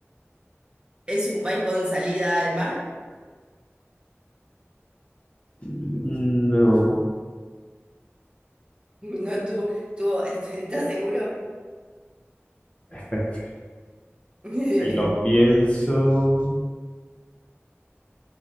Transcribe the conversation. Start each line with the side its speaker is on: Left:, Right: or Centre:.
Right: ¿Es un país con salida al mar?
Left: No.
Right: <laughs> No tuvo, tuvo, <laughs> ¿estás seguro?
Left: <laughs>
Right: <laughs> Yendo
Left: Ahí lo pienso.